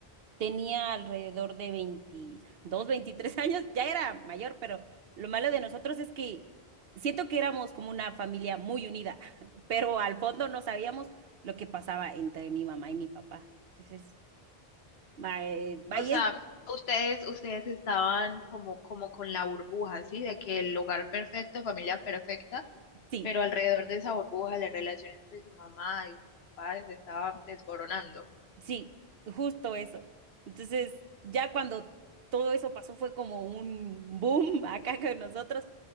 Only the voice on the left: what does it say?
O sea,
ustedes, ustedes estaban como, como con la burbuja, ¿sí? De que el hogar perfecto, familia perfecta.
pero alrededor de esa burbuja, la relación entre su mamá y su papá se estaba desboronando.